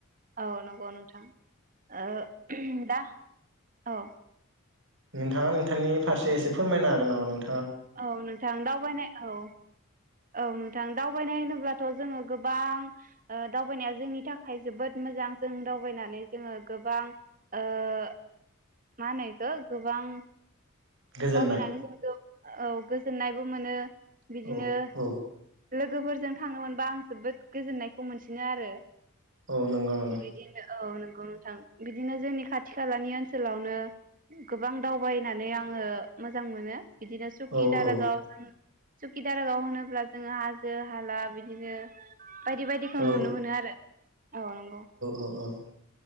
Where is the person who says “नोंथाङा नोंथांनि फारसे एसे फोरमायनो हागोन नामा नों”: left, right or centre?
Right